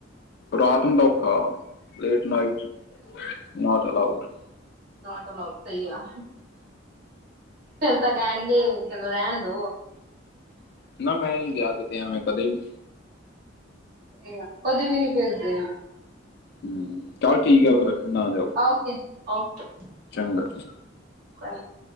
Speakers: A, on the left; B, on the right.
A: ਰਾਤ ਨੂੰ ਤਾ ਔਖਾ, late night, not allowed.
B: Not allowed, ਸਈ ਆ। ਫੇਰ ਤਾਂ ਕਹਿਣਗੇ, ਚਲੋ ਰਹਿਣ ਦੋ।
A: ਨਾ ਮੈਂ ਨੀ ਗਿਆ, ਕਿਤੇ, ਐਵੇਂ ਕਦੇ ਵੀ।
B: ਸਹੀ ਆ ਕਦੇ ਵੀ ਨੀ ਭੇਦੇ ਆ।
A: ਹੂੰ ਚੱਲ ਠੀਕ ਆ ਫੇਰ, ਨਾ ਜਾਓ
B: ਓਕੇ ਜੀ, ਓਕੇ।
A: ਚੰਗਾ ਜੀ।
B: ਹ <inaudible>